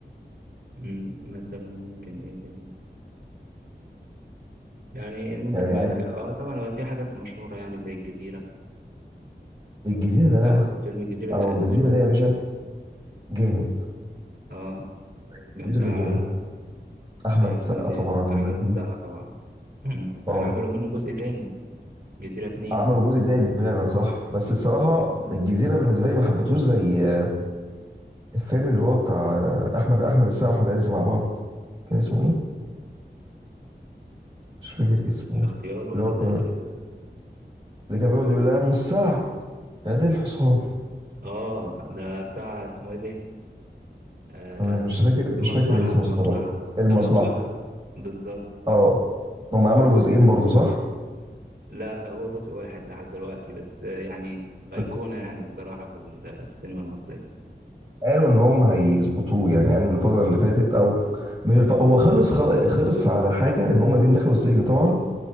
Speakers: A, on the right (about 70°); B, on the right (about 30°).
A: امم مثلا ممكن إيه تاني يعني ممكن
B: يعني
A: ما
B: عادي
A: اه طبعا هو في حاجات مشهورة يعني زي الجزيرة
B: الجزيره ده بقى
A: آه، فيلم الجزيرة
B: اهو
A: ده قديم
B: الجزيره
A: شوية
B: ده يا
A: بس
B: باشا
A: يعني.
B: جامد
A: اه
B: الجزيره
A: كان بتاع
B: ده جامد احمد
A: بتاع
B: السقا
A: اسمه ايه
B: طبعا
A: ده
B: والناس
A: أحمد السقا
B: دي
A: طبعا مم. كان
B: اه
A: عملوا منه جزء تاني جزيرة اتنين
B: عملوا جزء تاني فعلا صح بس الصراحه الجزيره بالنسبه لي ما حبيتهوش زي آه، الفيلم اللي هو بتاع آه، احمد احمد السقا واحمد عز مع بعض كان اسمه ايه مش فاكر اسمه
A: الاختيار ولا
B: اللي هو كان
A: ده ايه ده
B: اللي كان بيقعد يقول لها ام السعد يا دي الحصان
A: اه ده بتاع اسمه ايه ده آه
B: انا مش فاكر مش
A: المصلحة
B: فاكر اسمه
A: المصلحة
B: الصراحه المصلحه
A: المصلحة بالظبط
B: اه هم عملوا جزئين برضو صح
A: لا هو جزء واحد لحد دلوقتي بس آه، يعني أيقونة
B: بس
A: يعني الصراحة في ال- السينما المصرية
B: قالوا ان هم هيظبطوه يعني قالوا الفتره اللي فاتت او مش الف... هو خلص خل... خلص على حاجه ان هم الاثنين دخلوا السجن طبعا